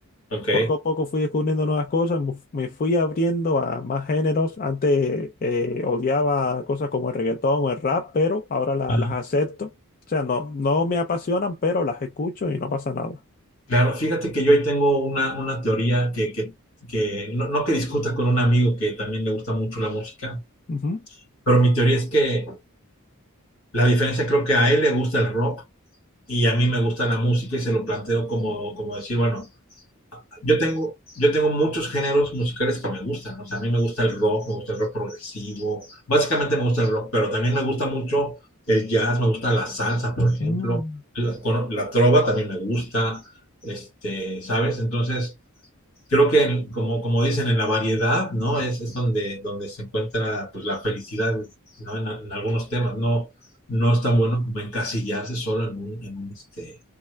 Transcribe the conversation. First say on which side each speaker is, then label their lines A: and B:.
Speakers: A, on the left (about 65°); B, on the left (about 40°).
A: ok.
B: poco a poco fui descubriendo nuevas cosas, me fu- me fui abriendo a más géneros. Antes eh, odiaba cosas como el reggaetón o el rap, pero ahora la-
A: Ujú.
B: las acepto. O sea, no, no me apasionan, pero las escucho y no pasa nada.
A: Claro, fíjate que yo ahí tengo una, una teoría que, que, que no, no que discuta con un amigo que también le gusta mucho la música,
B: Ujú.
A: pero mi teoría es que la diferencia creo que a él le gusta el rock y a mí me gusta la música y se lo planteo como, como decir, bueno, yo tengo, yo tengo muchos géneros musicales que me gustan. O sea, a mí me gusta el rock, me gusta el rock progresivo. Básicamente me gusta el rock, pero también me gusta mucho el jazz, me gusta la salsa, por ejemplo.
B: Mm.
A: La, con- la trova también me gusta, este, ¿sabes? Entonces, creo que en- como, como dicen, en la variedad, ¿no? Es, es donde, donde se encuentra pues, la felicidad, ¿no? En, a- en algunos temas, no, no es tan bueno como encasillarse solo en un, en un, este,